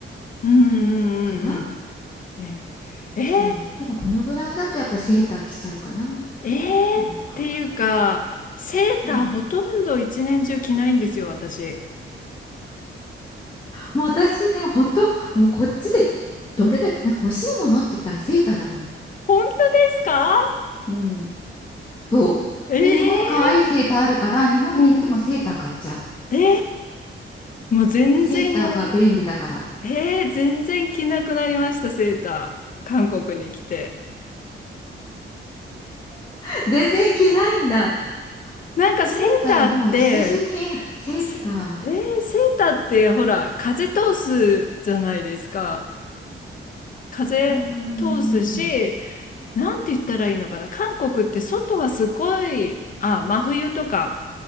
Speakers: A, on the left; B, on the left.
A: うんうんうんうんうんうんね。
B: かな
A: えー、
B: そう。でもこのぐらいだとやっぱセーター着ちゃうかな
A: えー、っていうか、
B: なんか。
A: セーターほとんど一年中着ないんですよ、
B: うん。
A: 私。
B: もう私ね、ほんと、もうこっちでどれだけ、なんか欲しいものって言ったらセーターだもん。
A: 本当ですか
B: うん、そう。
A: ええ
B: で、日本可愛いセーターあるから、日本に行ってもセーター買っちゃう。
A: ー、うん。えーもう全然
B: セーターが便利だから。
A: えー、全然着なくなりました、セーター。韓国に来て。
B: <laughs> 全然着ないんだ。
A: なんかセーターって、
B: セーターもう必需品、セーター。
A: せえー、セーターってほら、風通すじゃないですか。風通すし、
B: うんうん
A: なんて言ったらいいのかな。韓国って外はすごい、あ、真冬とか